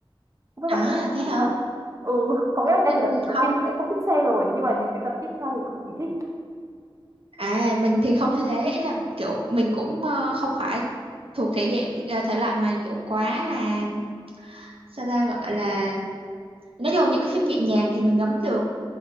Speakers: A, on the right; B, on the right.
A: Với
B: à
A: bạn có thấy
B: thế
A: thế
B: hả
A: không? Ừ, có nghĩa là ngay
B: ừ,
A: từ tập đầu
B: không
A: tiên đã không thích xem rồi nhưng mà những cái tập tiếp theo thì cực kỳ thích
B: à mình thì không thể thế ý là kiểu mình cũng ờ, không phải thuộc thể dạng ờ, thể loại mà kiểu quá là sao ta gọi là nói chung là những cái phim nhẹ nhàng thì mình ngấm được